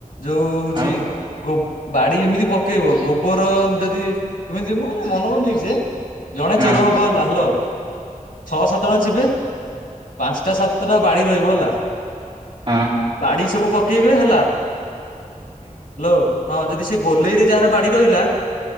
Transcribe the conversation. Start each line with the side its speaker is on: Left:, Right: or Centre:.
Left: ଯୋଉ ହଉଛି
Right: ଆଉ
Left: ଗୋ ବାଡି ଏମିତି ପକେଇବ ଗୋବର ଯଦି ତମେ ଏମତି ମୋର ମନେ ପଡୁନି ଠିକ ସେ। ଜଣେ
Right: ହଁ
Left: ଚୋର ହବ ହେଲା ହାଲୋ ଛଅ ସାତ ଜଣ ଯିବେ। ପାଂସ ଟା ସାତଟା ଟା ବାଡି ରହିବ ହେଲା।
Right: ହଁ।
Left: ବାଡ଼ି ସବୁ ପକେଇବେ ହେଲା। ହାଲୋ ହଁ ଯଦି ସେ ଗୋଲେଇ ରେ ଯାହାର ବାଡି ରହିଲା।